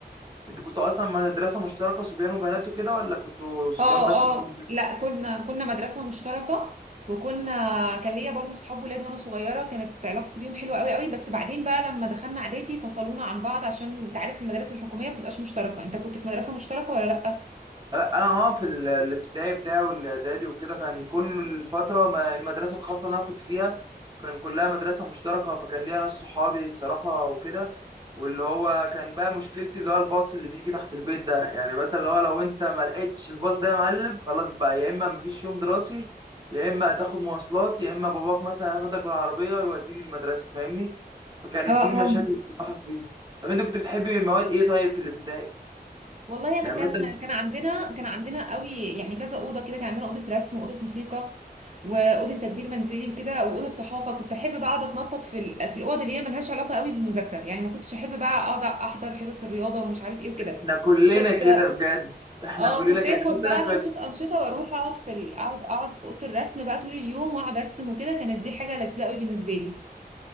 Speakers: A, on the right (about 25°); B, on the right (about 45°).
A: انت كنت اصلا مدرسه مشتركه صبيان وبنات وكده ولا كنتوا صبيان
B: اه
A: بس وبنات
B: اه لا كنا كنا مدرسة مشتركة وكنا كان ليا برضه صحاب ولاد وانا صغيرة كانت علاقتي بيهم حلوة قوي قوي بس بعدين بقى لما دخلنا اعدادي فصلونا عن بعض عشان انت عارف المدارس الحكومية ما بتبقاش مشتركة انت كنت في مدرسة مشتركة ولا لا
A: انا أنا اه في ال- الابتدائي بتاعي والاعدادي وكده كان كل الفتره ما المدرسه الخاصه اللي انا كنت فيها كان كلها مدرسه مشتركه فكان ليا ناس صحابي بصراحه وكده واللي هو كان بقى مشكلتي اللي هو الباص اللي بيجي تحت البيت ده يعني مثلا لو لو انت ما لقيتش الباص ده يا معلم خلاص بقى يا اما مفيش يوم دراسي يا اما هتاخد مواصلات يا اما باباك مثلا هياخدك بالعربيه ويوديني المدرسه فاهمني فكانت
B: اه اه
A: دي المشاكل اللي بصراحه فيه طب انت كنت بتحبي مواد ايه طيب في الابتدائي
B: والله انا
A: يعني
B: كان
A: مثلا
B: كان عندنا كان عندنا قوي يعني كذا اوضه كده كان عندنا اوضه رسم واوضه موسيقى واوضه تدبير منزلي وكده واوضه صحافه كنت احب بقى اقعد اتنطط في ال- في الاوض اللي هي ملهاش علاقه قوي بالمذاكره يعني ما كنتش احب بقى اقعد احضر حصص الرياضه ومش عارف ايه وكده
A: احنا كلنا
B: كنت
A: كده بجد احنا
B: اه
A: كلنا
B: كنت
A: كده
B: اخد
A: بس
B: بقى
A: انا
B: حصه
A: كنت
B: انشطه واروح اقعد في ال... اقعد اقعد في اوضه الرسم بقى طول اليوم واقعد ارسم وكده كانت دي حاجه لذيذه قوي بالنسبه لي